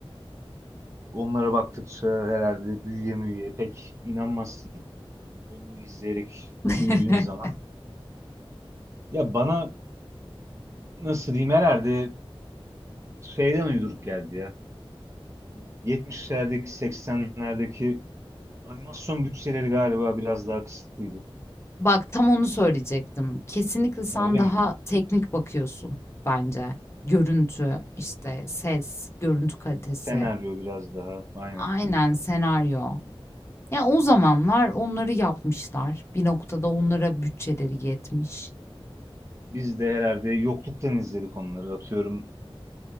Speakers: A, on the right (about 30°); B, on the left (about 25°).
A: Onlara baktıkça herhalde büyüye müyüye pek inanmazsın. Onu izleyerek
B: <laughs>
A: büyüdüğün zaman. Ya bana nasıl diyeyim herhalde şeyden uyduruk geldi ya. Bu 70'lerdeki 80'lerdeki animasyon bütçeleri galiba biraz daha kısıtlıydı.
B: Bak, tam onu söyleyecektim. Kesinlikle sen
A: Ha, öyle
B: daha
A: mi?
B: teknik bakıyorsun bence. Görüntü, işte ses, görüntü kalitesi.
A: Senaryo biraz daha aynen.
B: Aynen, senaryo. Ya, o zamanlar onları yapmışlar. Bir noktada onlara bütçeleri yetmiş.
A: Biz de herhalde yokluktan izledik onları atıyorum.